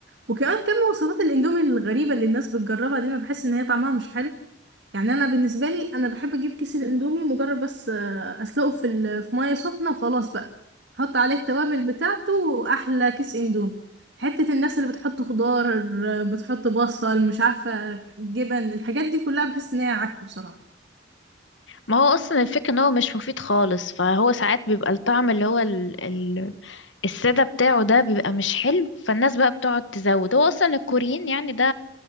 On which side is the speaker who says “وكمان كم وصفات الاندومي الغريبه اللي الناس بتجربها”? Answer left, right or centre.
Right